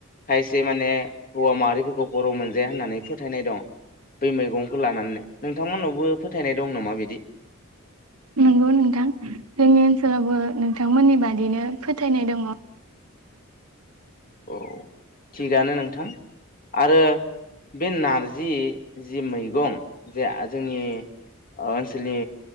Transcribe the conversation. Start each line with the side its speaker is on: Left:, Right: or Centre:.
Left: खायसे माने हौवा माहारिफोरखौ हराव मोनजाया होननानै फोथायनाय दं बे मैगंखौ लानानैनो नोंथांमोननावबो फोथायनाय दं नामा बिदि
Right: नंगौ नोंथां जोंनि ओनसोलावबो नोंथांमोननि बादिनो फोथायनाय दङ।
Left: औ थिगानो नोंथां आरो बे नारजि जि मैगं जे जोंनि ओनसोलनि